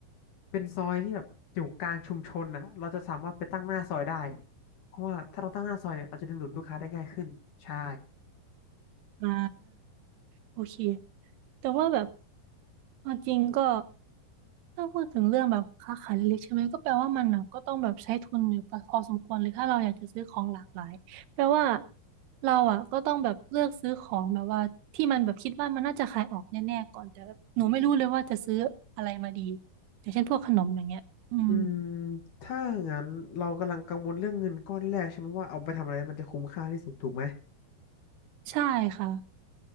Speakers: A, on the left (about 60°); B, on the right (about 85°).
A: เป็นซอยที่แบบอยู่กลางชุมชนอ่ะเราจะสามารถไปตั้งหน้าซอยได้ เพราะว่าถ้าเราตั้งหน้าซอยเนี่ยเราจะดึงดูดลูกค้าได้ง่ายขึ้น ใช่
B: อ่า โอเค แต่ว่าแบบเอาจริงก็ถ้าพูดถึงเรื่องแบบค้าขายเล็กๆใช่ไหมก็แปลว่ามันนะก็ต้องแบบใช้ทุนอยู่พอสมควรเลยถ้าเราอยากจะซื้อของหลากหลายแปลว่าเราอ่ะก็ต้องแบบเลือกซื้อของแบบว่าที่มันแบบคิดว่ามันน่าจะขายออกแน่ๆก่อนแต่แบบหนูไม่รู้เลยว่าจะซื้ออะไรมาดีอย่างเช่นพวกขนมอย่างเงี้ยอืม
A: อืมถ้างั้นเรากำลังกังวลเรื่องเงินก้อนแรกใช่ไหมว่าเอาไปทำอะไรมันจะคุ้มค่าที่สุดถูกไหม
B: ใช่ค่ะ